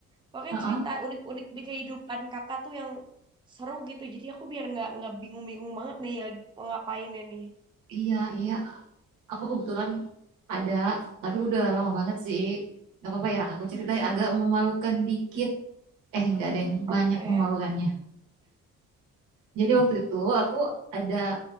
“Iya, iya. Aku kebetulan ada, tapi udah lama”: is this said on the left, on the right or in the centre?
Right